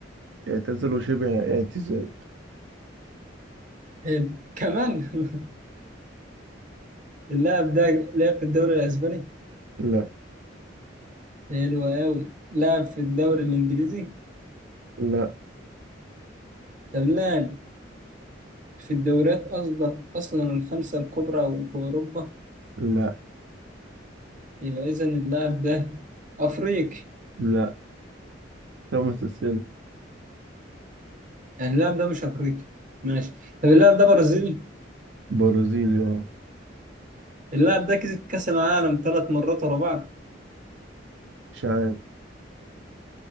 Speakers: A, on the right (about 75°); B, on the right (about 45°).
A: اعتزل وشبه اعتزال
B: حلو كمان <laughs> اللاعب ده لعب في الدوري الاسباني
A: لا
B: حلو أوي لعب في الدوري الانجليزي
A: لا
B: طب لعب في الدوريات أصلا أصلا الخمسة الكبرى وفي أوروبا
A: لا
B: يبقى إذا اللاعب ده أفريقي
A: لا خمس اسئلة
B: يعني اللاعب ده مش أفريقي ماشي طب اللاعب ده برازيلي
A: برازيلي اه
B: اللاعب ده كسب كأس العالم ثلاث مرات ورا بعض
A: شايف